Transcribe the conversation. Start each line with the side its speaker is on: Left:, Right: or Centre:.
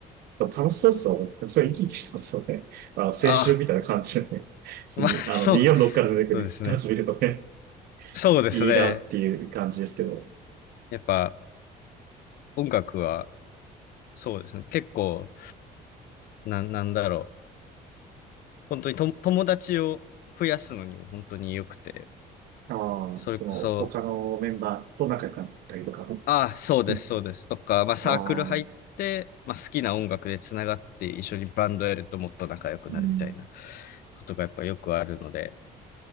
Right: 楽しそうっすよね。でもそれ生き生きしてますよね。あの、青春みたいな感じでね。
Left: あ、
Right: <laughs> 普通に、
Left: まあ、そう、
Right: あの、246から出てくる人たち見るとね、
Left: そうですね。そうですね。
Right: いいなっていう感じですけど。
Left: やっぱ、音楽は、そうですね。結構、な、なんだろう。本当にと友達を増やすのにも本当に良くて、
Right: あ
Left: それこそ、
Right: あ、その、他のメンバーと仲良くなったりとか。
Left: ああ、そうです、
Right: うん
Left: そうですとか、まあサークル入って、
Right: ああ、
Left: まあ好きな音楽でつながって一緒にバンドやるともっと仲良くなるみたいな
Right: うん
Left: ことがやっぱよくあるので、